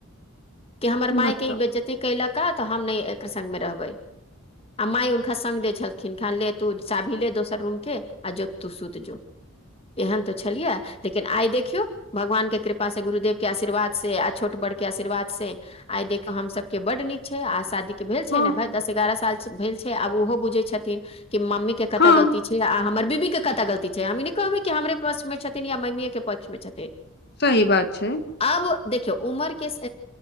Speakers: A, on the left; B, on the left.
A: कि हमर मायके
B: बताउ
A: ही बेज्ज बेजती कलक तऽ हम ने एकर संग मे रहबै आ माइ हुनका संग द छलखिन ले तू चाभी ले दोसर रूम के आ जोत तू सुत जो एहन ते छलियै लेकिन आइ देखियौ भगवान के कृपा से गुरुदेव के आशीर्वाद से आ छोट बड़ के आशीर्वाद से आइ देख हम सब के बड नीक छै आ शादी भेल छै
B: हँ
A: ने भाय दस एगारह साल भेल छै आब ओहो बुझै छथिन कि मम्मी के कतऽ
B: हँ
A: गलती छै अह हमर बीबी के कता गलती छै हम ई नहि कहबै कि हमरे पक्ष मे छथिन या मम्मीए के पक्ष मे छथिन
B: सही बात छैय
A: आब देखियौ उमर के